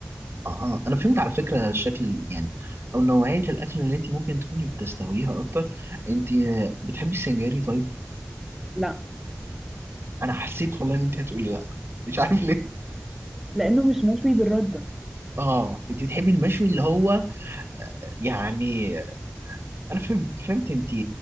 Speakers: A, on the right; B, in the centre.
A: اها انا فهمت على فكره الشكل يعني او نوعيه الاكل اللي انت ممكن تكوني بتستهويها اكتر انت بتحبي السنجاري طيب
B: لا
A: انا حسيت والله ان انت هتقولي لا مش عارف ليه
B: لانه مش مشوي بالرده
A: اه انت بتحبي المشوي اللي هو يعني انا فهمت فهمت انت